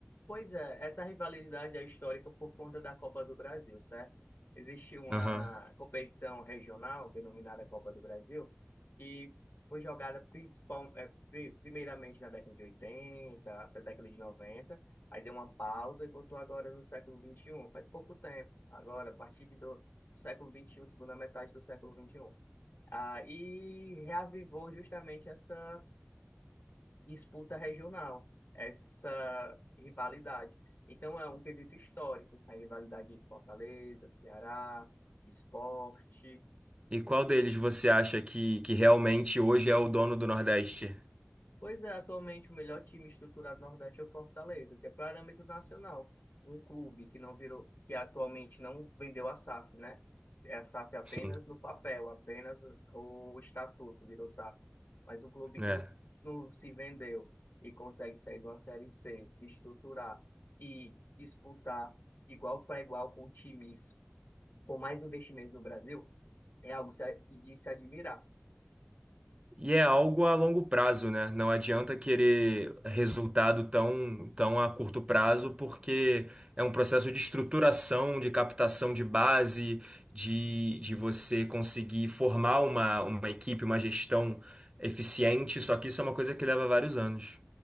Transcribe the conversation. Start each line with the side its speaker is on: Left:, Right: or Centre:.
Left: Pois é, essa rivalidade é histórica por conta da Copa do Brasil, certo? Existe uma
Right: Aham.
Left: competição regional denominada Copa do Brasil, que foi jogada principal, é, pri- primeiramente na década de 80 até a década de 90, aí deu uma pausa e voltou agora no século vinte e um, faz pouco tempo, agora, a partir de do, do século vinte e um, segunda metade do século vinte e um, Ah, e reavivou justamente essa disputa regional, essa rivalidade. Então, é um quesito histórico, a rivalidade de Fortaleza, Ceará, Sport.
Right: E qual deles você acha que, que realmente hoje é o dono do Nordeste?
Left: Pois é, atualmente o melhor time estruturado do Nordeste é o Fortaleza, que é parâmetro nacional. Um clube que não virou, que atualmente não vendeu a SAF, né? É a SAF apenas
Right: Sim,
Left: no papel, apenas o estatuto virou SAF. Mas um clube
Right: né?
Left: que não, s- não se vendeu e consegue sair de uma Série C, se estruturar e disputar igual para igual com times com mais investimentos no Brasil, é algo se a- de se admirar.
Right: E é algo a longo prazo, né? Não adianta querer resultado tão, tão a curto prazo, porque é um processo de estruturação, de captação de base, de, de você conseguir formar uma, uma equipe, uma gestão eficiente. Só que isso é uma coisa que leva vários anos.